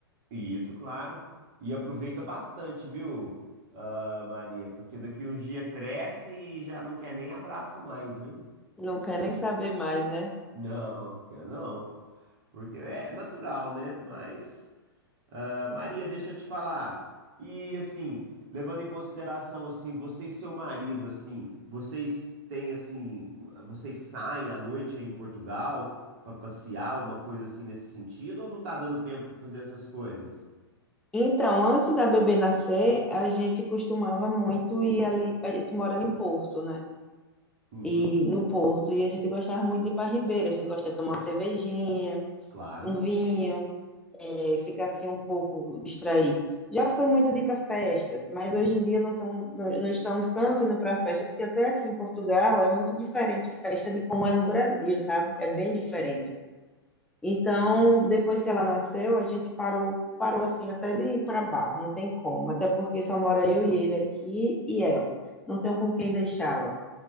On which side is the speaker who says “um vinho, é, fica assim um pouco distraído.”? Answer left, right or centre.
Centre